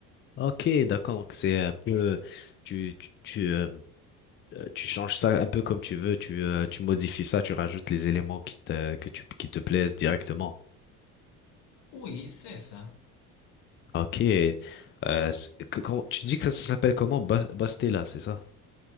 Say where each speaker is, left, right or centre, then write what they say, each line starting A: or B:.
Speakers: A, on the left (about 25°); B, on the left (about 55°).
A: Ok, d'accord. Donc c'est un peu... euh, Tu, tu, tu, euh, euh, tu changes ça un peu comme tu veux, tu, euh, tu modifies ça, tu rajoutes les éléments qui te, que tu, qui te plaisent directement.
B: Oui, c'est ça.
A: Ok. Euh, c'est- que- comment- tu dis que ça, ça s'appelle comment? Ba- Bastella, c'est ça?